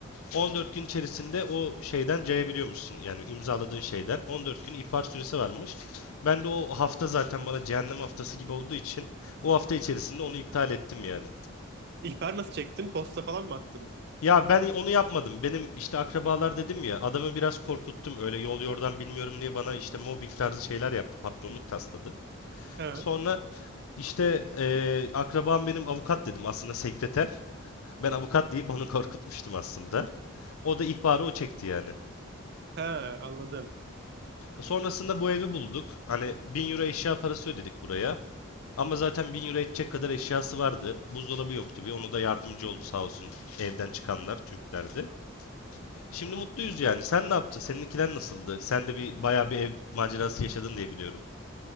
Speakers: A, on the left; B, on the right.
A: 14 gün içerisinde o şeyden cayabiliyormuşsun. Yani imzaladığın şeyden 14 gün ihbar süresi varmış. Ben de o hafta zaten bana cehennem haftası gibi olduğu için o hafta içerisinde onu iptal ettim yani.
B: İhbar nasıl çektin? Posta falan mı attın?
A: Ya ben onu yapmadım. Benim işte akrabalar dedim ya adamı biraz korkuttum. Öyle yol yordan bilmiyorum diye bana işte mobbing tarzı şeyler yaptı. Patronluk tasladı.
B: Ha,
A: Sonra İşte eee, akrabam benim avukat dedim aslında sekreter. Ben avukat deyip onu <laughs> korkutmuştum aslında. O da ihbarı o çekti yani.
B: ha anladım.
A: Sonrasında bu evi bulduk. Hani 1000 euro eşya parası ödedik buraya. Ama zaten 1000 euro edecek kadar eşyası vardı. Buzdolabı yoktu bir. Onu da yardımcı oldu sağ olsun evden çıkanlar Türklerdi. Şimdi mutluyuz yani. Sen ne yaptın? Seninkiler nasıldı? Sen de bir bayağı bir ev macerası yaşadın diye biliyorum.